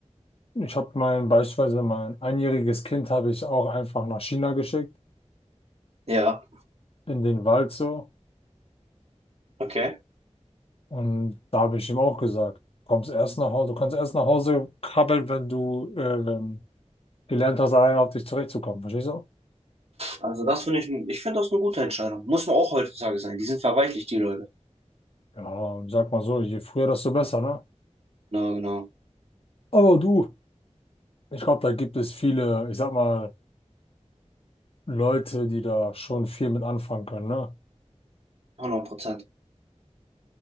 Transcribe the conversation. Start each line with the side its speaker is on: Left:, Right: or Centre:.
Left: Ich habe mein, beispielsweise mein einjähriges Kind habe ich auch einfach nach China geschickt,
Right: Ja,
Left: in den Wald so.
Right: okay.
Left: Und da habe ich ihm auch gesagt, kommst erst nach Hause, du kannst erst nach Hause krabbeln, wenn du äh, ähm, gelernt hast, alleine auf dich zurechtzukommen. Verstehst du?
Right: Also das finde ich, n- ich finde das eine gute Entscheidung. Muss man auch heutzutage sein. Die sind verweichlicht, die Leute.
Left: Ja, und sag mal so, je früher, desto besser, ne?
Right: Na, genau.
Left: Aber du, ich glaube, da gibt es viele, ich sag mal, Leute, die da schon viel mit anfangen können, ne?
Right: 100 Prozent.